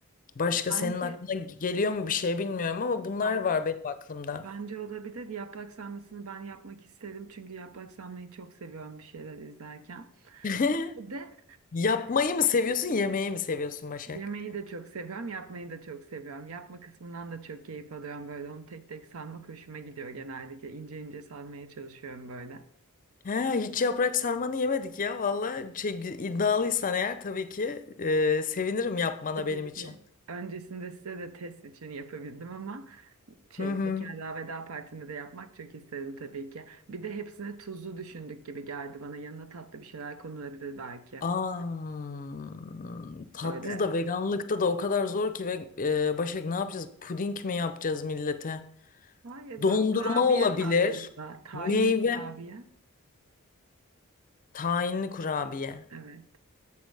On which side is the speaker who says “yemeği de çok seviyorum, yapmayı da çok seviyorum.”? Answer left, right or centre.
Right